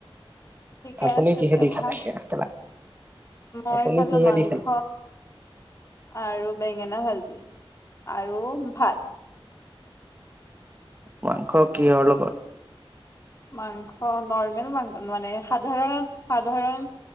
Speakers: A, on the left; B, on the right.
A: ঠিকে
B: আপুনি
A: আছে
B: কিহেদি
A: দিয়া
B: খালে
A: ভাল মই
B: আপুনি
A: খালো
B: কিহেদি
A: মাংস
B: খালে?
A: আৰু। বেঙেনা হালজি। আৰু ভাত।
B: মংস কিয় লগত।
A: মাংস নৰ্মেল মাং মানে সাধাৰণত সাধাৰণ